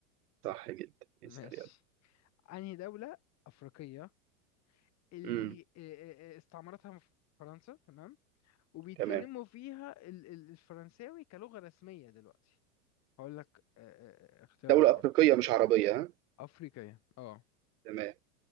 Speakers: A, on the right (about 85°); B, on the left (about 35°).
A: صح جدا
B: ماشي
A: اسال يلا
B: انهي دولة افريقية اللي
A: مم.
B: آه، آه، آه، استعمرتها فرنسا تمام وبيتكلموا
A: تمام
B: فيها ال- ال- الفرنساوي كلغة رسمية دلوقتي هقول لك آه، آه، آه، اختيارات
A: دوله
B: برضه
A: افريقيه مش عربيه ها
B: افريقية اه
A: تمام